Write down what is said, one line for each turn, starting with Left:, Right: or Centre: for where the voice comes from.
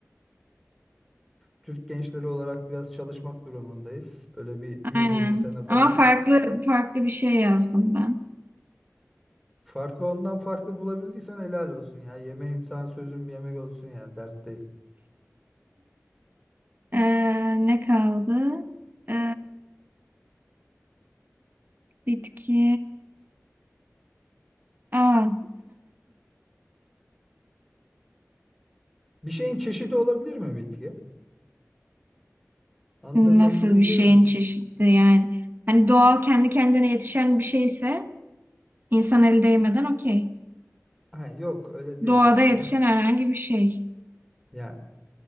Centre: Türk gençleri olarak biraz çalışmak durumundayız. Böyle bir 120
Right: Aynen.
Centre: sene falan.
Right: Ama farklı farklı bir şey yazdım ben.
Centre: Farklı ondan farklı bulabildiysen helal olsun ya. Yemeğim sana sözüm bir yemek olsun ya. Dert değil.
Right: Ee, ne kaldı? Ee, bitki. Aa,
Centre: Bir şeyin çeşidi olabilir mi bitki?
Right: <laughs>
Centre: Anında
Right: nasıl
Centre: hemfikirim.
Right: bir şeyin çeşidi yani? Hani doğal kendi kendine yetişen bir şeyse insan el değmeden okey.
Centre: Ha, yok öyle değil
Right: Doğada
Centre: işte
Right: yetişen
Centre: ya.
Right: herhangi bir şey.
Centre: Ya